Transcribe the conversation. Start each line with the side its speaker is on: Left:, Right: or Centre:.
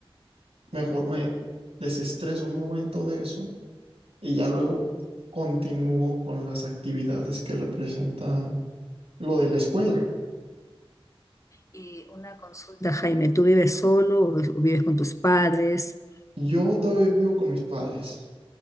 Right: mejor me desestreso un momento de eso y ya luego continúo con las actividades que representan lo de la escuela.
Left: Y una consulta, Jaime, ¿tú vives solo o vives con tus padres?
Right: Yo todavía vivo con mis padres.